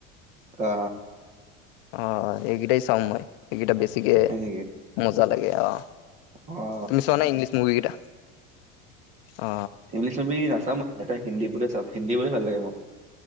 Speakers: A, on the right; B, on the left.
A: অ
B: অ এইকেইটাই চাওঁ মই এইকেইটা বেছিিকে
A: হয় নেকি
B: মজা লাগে অ
A: অ
B: তুমিছোৱানা ইংলিছ মুভি কেইটা অ
A: ইংলিছবি আা এটা হিলে চাও হিন্দী বুলি ভাল লাগে মোক